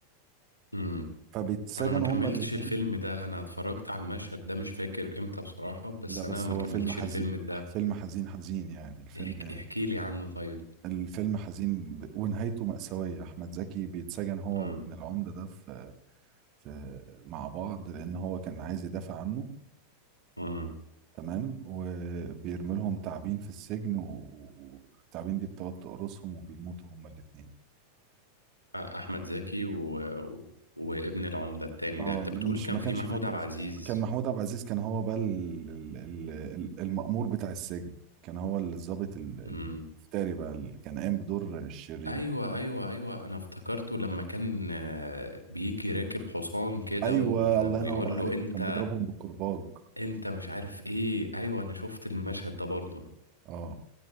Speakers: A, on the left (about 80°); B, on the right (about 40°).
A: امم
B: فبيتسجنوا
A: انا ما كملتش
B: هما الاتنين
A: الفيلم ده انا اتفرجت على المشهد ده مش فاكر امتى بصراحة بس
B: لا بس
A: انا ما
B: هو
A: كملتش
B: فيلم حزين
A: الفيلم ده
B: فيلم حزين حزين يعني الفيلم
A: احكي, احكي لي عنه طيب
B: الفيلم حزين ب- ونهايته مأساوية أحمد زكي بيتسجن هو
A: امم
B: وابن العمدة ده في, في مع بعض لأن هو كان عايز يدافع عنه
A: امم
B: تمام وبيرمي لهم تعابين في السجن و- والتعابين دي بتقعد تقرصهم وبيموتوا هما الاتنين
A: احمد زكي و... و- وابن العمدة التاني
B: اه
A: ده انت
B: انا
A: بتقول
B: مش
A: كان
B: ما
A: في
B: كانش
A: محمود
B: فاكر
A: عبد
B: اسمه
A: العزيز
B: كان محمود عبد العزيز كان هو بقى ال- ال- ال- ال- المأمور بتاع السجن كان هو الضابط ال- ال-
A: امم
B: الفتاري بقى اللي كان قايم بدور الشرير
A: ايوه ايوه ايوه انا افتكرته لما كان آه، بيجي راكب حصان كده
B: ايوه
A: و...
B: الله ينور
A: ويقول
B: عليك
A: له انت
B: وكان بيضربهم بالكرباج
A: انت مش عارف ايه ايوه انا شفت المشهد ده برضو
B: اه